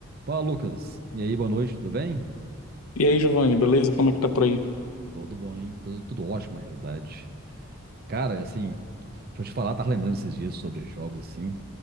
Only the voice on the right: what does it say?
Fala, Lucas. E aí, boa noite, tudo bem?
Tudo bom, hein? Tudo, tudo ótimo, na realidade. Cara, é assim, deixa eu te falar, tava lembrando esses dias sobre jogos, assim.